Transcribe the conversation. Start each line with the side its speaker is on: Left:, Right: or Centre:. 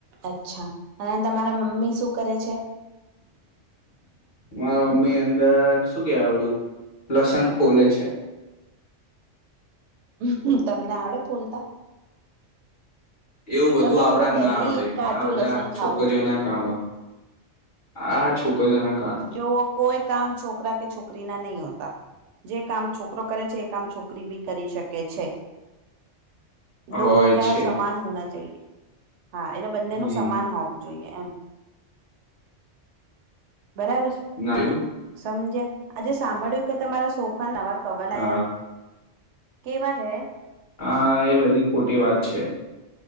Right: અચ્છા અને તમારા મમ્મી શું કરે છે.
Left: મારા મમ્મી અંદર શું કેવાય આવડું લસણ ફોલે છે.
Right: હ તમને આવડે ફોલતા
Left: એવું બધું
Right: તમને
Left: આપણા
Right: ખબર ડેલી
Left: ના આવડે
Right: એક કાચું
Left: આ બધા
Right: લસણ ખાવું
Left: છોકરીઓના
Right: જોઈએ
Left: કામો આ છોકજ ના
Right: જો કોઈ કામ છોકરા કે છોકરી ના નહીં હોતા જે કામ છોકરો કરે છે, એ કામ છોકરી નોકરી ભી કરી શકે છે, દોનો
Left: હોય
Right: કા
Left: છે
Right: સમાન હોના ચાએ હા એટલે બંનેનું
Left: હમ
Right: સમાન હોવું જોઈએ એમ બરાબર
Left: ના એું
Right: સમજ્યા આજે સાંભળ્યું કે તમારા સોફા નવા કવલ
Left: હા
Right: આયા કેવા છે.
Left: હા એ બધી ખોટી વાત છે.